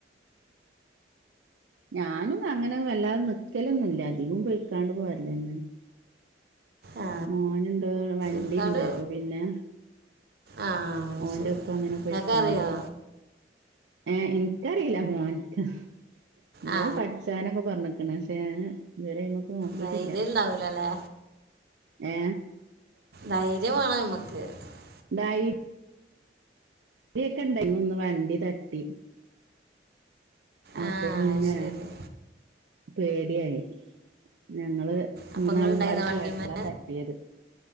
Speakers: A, on the right (about 75°); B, on the right (about 55°).
A: ഉഞാനുംഅങ്ങനെവല്ലാതെനിക്കലൊന്നു ഇല്ല അധികം പൊയിക്കാണ്ട് പോര്ലന്നാണ്
B: ആ
A: മോനുണ്ട വണ്ടി
B: ഇക്കാട്
A: ഇണ്ട് അപം പിന്നെ
B: ആ
A: ഓന്റെപ്പം
B: ശരി
A: അങ്ങനെ പൊയ്ക്കാണ്ട്
B: എന്നൊക്കെ അറിയോ
A: ഏയ് ഇൻക്കറീല മോൻകാ ഇന്നോട്
B: ആ
A: പഠിച്ചാനൊക്കെ പറഞ്ക് <unintelligible> ്യ ഇതുവരെ നോക്കിട്ടില്ല
B: ധൈര്യം ഇണ്ടാവൂലല്ലേ
A: ഏ
B: ധൈര്യം വേണം നമ്മക്ക് അ <unintelligible>
A: തൈ <unintelligible> അരിയൊക്കെ ഇണ്ട ഇന്ന് ഒന്ന് വണ്ടി തട്ടി അപ്പൊ
B: ആ
A: പിന്നെ
B: ശരി
A: പേടിയായി ഞങ്ങള്
B: അപ്പം
A: മൂന്നാളുമ്പാടെ
B: നിങ്ങൾ ഉണ്ടായിരുന്ന വണ്ടിമേ
A: പോയപ്പളാ തട്ട് യത്